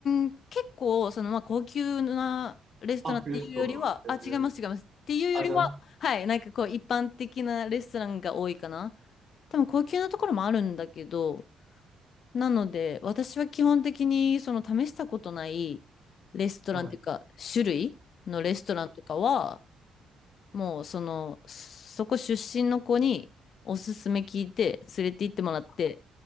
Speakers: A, on the left (about 60°); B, on the right (about 40°).
A: ん、結構、その、まあ、高級なレストランっていうよりは、
B: あ、レストラン。えー
A: あ、違います、違います。っていうよりは、
B: あ、じゃな
A: はい、なんかこう、一般的なレストランが多いかな。多分、高級なところもあるんだけど、なので、私は基本的に、その、試したことないレストランっていうか、
B: くはい。
A: 種類のレストランとかは、もう、その、そこ出身の子に、おすすめ聞いて、連れて行ってもらって、